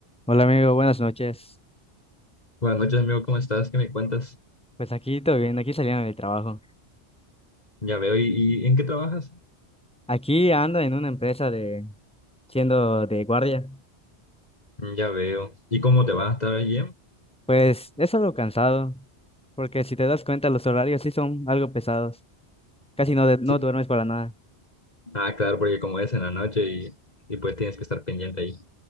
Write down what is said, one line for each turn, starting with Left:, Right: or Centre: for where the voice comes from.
Centre: Hola amigo, buenas noches.
Left: Buenas noches, amigo, ¿cómo estás? ¿Qué me cuentas?
Centre: Pues aquí todo bien, aquí saliendo del trabajo.
Left: Ya veo. ¿Y, y en qué trabajas?
Centre: Aquí ando en una empresa de siendo de guardia.
Left: Mm, Ya veo. ¿Y cómo te va? ¿Está bien?
Centre: Pues es algo cansado, porque si te das cuenta los horarios sí son algo pesados. Casi no, de- no
Left: Sí.
Centre: duermes para nada.
Left: Ah, claro, porque como es en la noche y, y pues tienes que estar pendiente ahí.